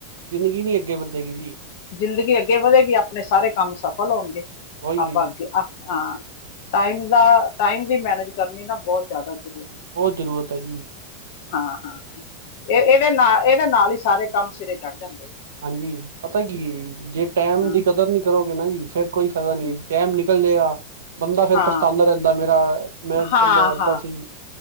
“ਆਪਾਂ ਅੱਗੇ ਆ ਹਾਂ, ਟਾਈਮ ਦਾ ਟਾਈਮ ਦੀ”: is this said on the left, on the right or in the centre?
Left